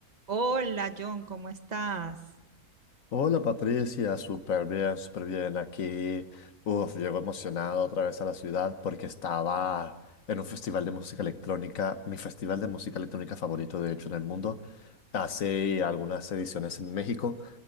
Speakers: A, on the right; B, on the left.
A: Hola John, ¿cómo estás?
B: Hola Patricia, súper bien, súper bien aquí. Uf, llego emocionado otra vez a la ciudad porque estaba en un festival de música electrónica, mi festival de música electrónica favorito de hecho en el mundo, hace algunas ediciones en México